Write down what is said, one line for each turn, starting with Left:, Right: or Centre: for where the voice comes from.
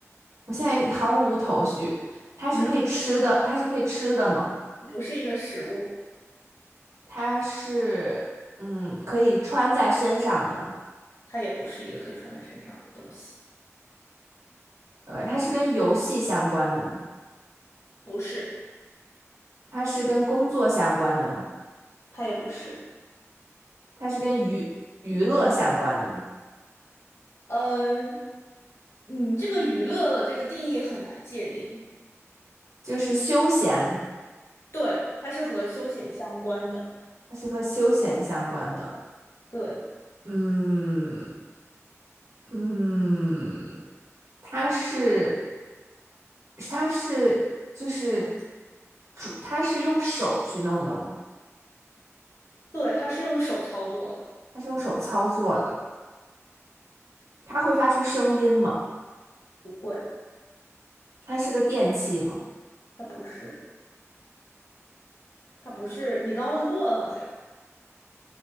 Right: 我现在毫无头绪。它是可以吃的，
Left: 嗯，
Right: 它是可以吃的吗？
Left: 不是一个食物，
Right: 它是嗯，可以穿在身上的吗
Left: 它也不是一个可以穿在身上的东西，
Right: o 它是跟游戏相关的吗？
Left: 不是，
Right: 它是跟工作相关的吗？
Left: 它也不是。
Right: 它是跟娱娱乐相关的吗？
Left: 呃嗯，你这个娱乐的这个定义很难界定。
Right: 就是休闲。
Left: 对，它是和休闲相关的。
Right: 它是和休闲相关的。
Left: 对，
Right: 嗯嗯，它是它是就是主，它是用手去弄的吗？
Left: 对，它是用手操作的。
Right: 它是用手操作的？它会发出声音吗？
Left: 不会，
Right: 它是个电器吗？
Left: 它不是，它不是。你刚问过了，好像。